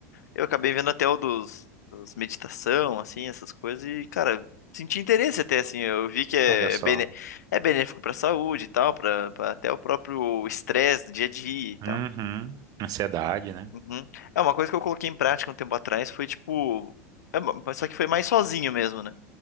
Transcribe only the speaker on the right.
Olha só.
Uhum. Ansiedade, né?